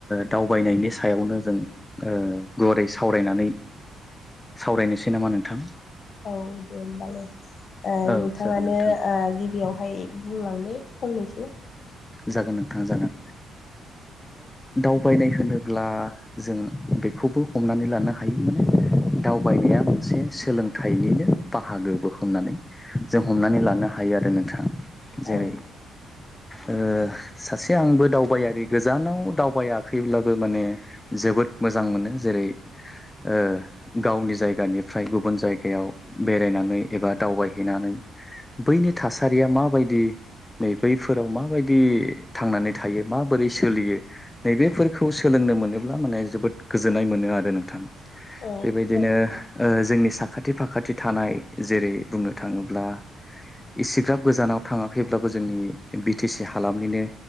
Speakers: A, on the left (about 15°); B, on the left (about 50°).
A: दावबायनायनि सायावनो जों गुवारै सावरायनानै सावरायनोसै नामा नोंथां।
B: औ दे होमबालाय
A: औ
B: नोंथाङानो
A: जागोन नोंथां
B: गिबियाव आवहाय बुंलांदो फननैसो
A: जागोन नोंथां जागोन दावबायनाय होनोब्ला जोंङो खौबो हमनानै लानो हायो माने दावबायनाया मोनसे सोलोंथाइनिनो बाहागो। हमनानै जों हमनानै लानो हायो आरो नोंथाङा जेरै
B: औ
A: ओ सासे आंबो दावबायारि गोजानाव दावबायाखैब्लाबो माने जोबोद मोजां मोनो जेरै ओ गावनि जायगानिफ्राय गुबुन जायगायाव बेरायनो एबा दावबायहैनानै बैनि थासारिया माबायदि नै बैफोराव माबायदि थांनानै थायो माबोरै सोलियो नैबेफोरखौ सोलोंनो मोनोब्ला माने जोबोद गोजोननाय मोनो आरो नोंथां
B: औ
A: बेबायदिनो जोंनि साखाथि फाखाथि थानाय जेरै बुंनो थाङोब्ला इसिग्राब गोजानाव थाङो। थाङाखैब्लाबो जोंनि बि टि सि हालामनिनो